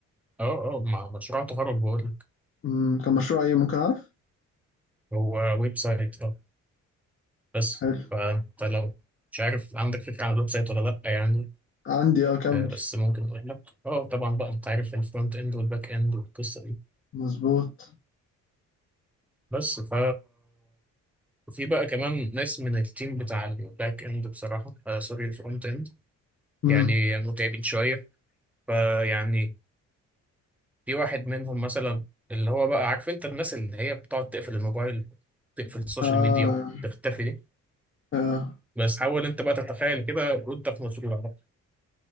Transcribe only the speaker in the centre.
اه اه مع مشروع تخرج بقول لك
هو ويب سايت اه بس
فانت لو مش عارف عندك فكرة عن الويب سايت ولا لأ يعني
آه، بس ممكن اقول لك اه طبعا بقى انت عارف الفرونت اند والباك اند والقصة دي
بس ف في بقى كمان ناس من التيم بتاع الباك اند بصراحة آه سوري الفرونت اند
يعني متعبين شوية فيعني في واحد منهم مثلا اللي هو بقى عارف انت الناس اللي هي بتقعد تقفل الموبايل تقفل السوشيال
ميديا وتختفي دي
بس حاول انت بقى تتخيل كده وانت في مشروع ده